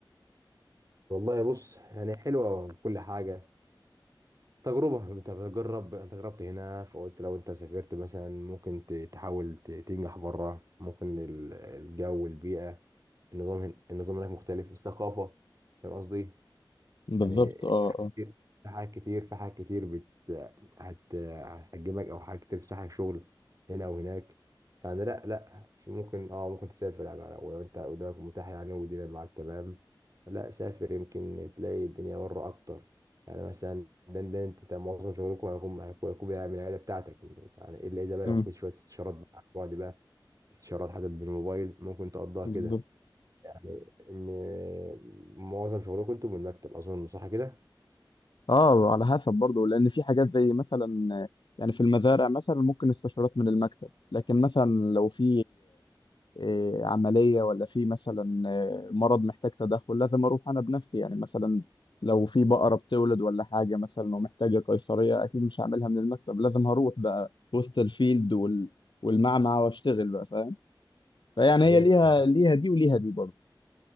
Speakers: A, on the right (about 40°); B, on the left (about 65°).
A: والله بص يعني حلوة كل حاجة تجربة انت بتجرب انت جربت هنا فقلت لو انت سافرت مثلا ممكن ت- تحاول ت- تنجح بره ممكن ال- الجو والبيئة النظام هنا النظام هناك مختلف الثقافة فاهم قصدي
B: بالظبط
A: يعني
B: اه
A: في حاجات
B: اه
A: كتير في حاجات كتير في حاجات كتير بت هت هتحجمك او حاجات كتير تفتح لك شغل هنا وهناك فانا لا لا في ممكن اه ممكن تسافر يعني لو لو انت قدامك متاح يعني والدنيا معاك تمام لا سافر يمكن تلاقي الدنيا بره اكتر يعني مثلا لندن انت أنت معظم شغلكم هيكون هيكون هيكون بيعمل العياده بتاعتك يعني الا اذا بقى
B: امم
A: لو في شويه استشارات بقى عن بعد بقى استشارات حتى بالموبايل ممكن تقضيها
B: بالظبط
A: كده يعني م- معظم شغلكم انتوا من المكتب اظن صح كده
B: آه على حسب برضه لأن في حاجات زي مثلا يعني في المزارع مثلا ممكن استشارات من المكتب لكن مثلا لو في إيه، عملية ولا في مثلا آه، مرض محتاج تدخل لازم أروح أنا بنفسي يعني مثلا لو في بقرة بتولد ولا حاجة مثلا ومحتاجة قيصرية أكيد مش هعملها من المكتب لازم هروح بقى وسط الفيلد وال... والمعمعة وأشتغل بقى فاهم فيعني
A: حقيقي
B: هي ليها
A: حد
B: ليها دي وليها دي برضه